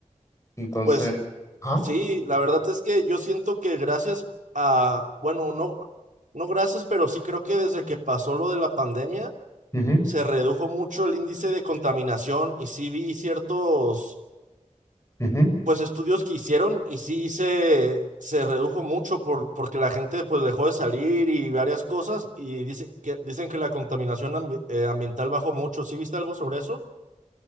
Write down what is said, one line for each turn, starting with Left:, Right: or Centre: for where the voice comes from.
Left: Entonces,
Right: Pues
Left: ajá,
Right: sí, la verdad es que yo siento que gracias a, bueno, no, no gracias, pero sí creo que desde que pasó lo de la pandemia
Left: ujú,
Right: se redujo mucho el índice de contaminación y sí vi ciertos
Left: ujú.
Right: Pues estudios que hicieron y sí se, se redujo mucho por, porque la gente pues dejó de salir y varias cosas y dice que, dicen que la contaminación ambi- eh, ambiental bajó mucho. ¿Sí viste algo sobre eso?